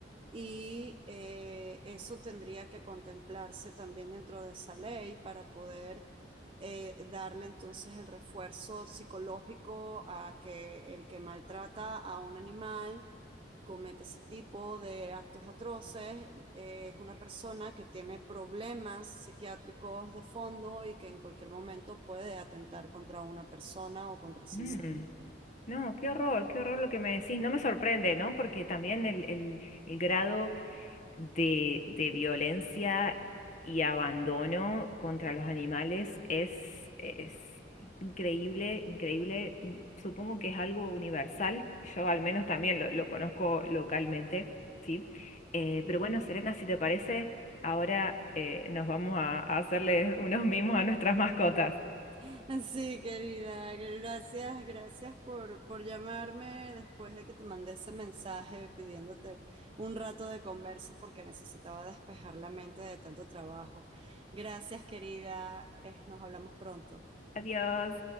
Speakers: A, on the right (about 30°); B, on the left (about 40°).
A: y eh, eso tendría que contemplarse también dentro de esa ley para poder eh, darle entonces el refuerzo psicológico a que el que maltrata a un animal comete ese tipo de actos atroces, eh, es una persona que tiene problemas psiquiátricos de fondo y que en cualquier momento puede atentar contra una persona o contra sí
B: mm.
A: mismo.
B: No, qué horror, qué horror lo que me decís. No me sorprende, ¿no? Porque también el, el- el grado de, de violencia y abandono contra los animales es, es increíble, increíble. Mm, Supongo que es algo universal. Yo al menos también lo, lo conozco localmente, ¿sí? Eh,
A: Uh
B: pero bueno,
A: -huh.
B: Serena, si te parece, ahora eh, nos vamos a, a hacerle unos mimos a nuestras mascotas.
A: <laughs> Sí, querida, gracias, gracias por, por llamarme después de que te mandé ese mensaje pidiéndote un rato de conversa porque necesitaba despejar la mente de tanto trabajo. Gracias, querida, eh, nos hablamos pronto.
B: Adiós.